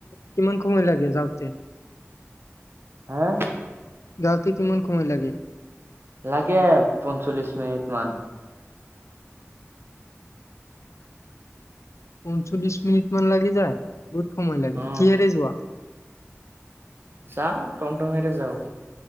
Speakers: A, on the left (about 80°); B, on the right (about 50°).
A: কিমান সময় লাগে যাওঁতে,
B: হা
A: যাওঁতে কিমান সময় লাগে।
B: লাগে পঞ্চল্লিশ মিনিট মান,
A: পঞ্চল্লিশ মিনিট মান লাগি যায়। বহুত সময় লাগে
B: অ
A: কিহেৰে যোৱা,
B: যাওঁ টমটমেৰে যাওঁ!